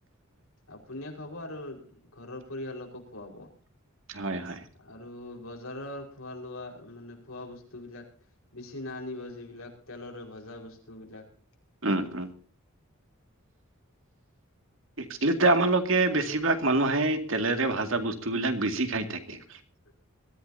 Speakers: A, on the left; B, on the right.
A: আপুনিও খাব আৰু ঘৰৰ পৰিয়ালকোঁ খুৱাব।
B: হয় হয়
A: আৰু বজাৰৰ খোৱা লোৱা মানে খোৱা বস্তু বিলাক বেচি নানিব যিবিলাক তেলৰে ভজা বস্তুবিলাক
B: উম উম একচেলি আমালোকে বেছিভাগ মানুহে তেলেৰে ভাজা বস্তু বিলাক বেছি খাই থাকে।
A: <unintelligible>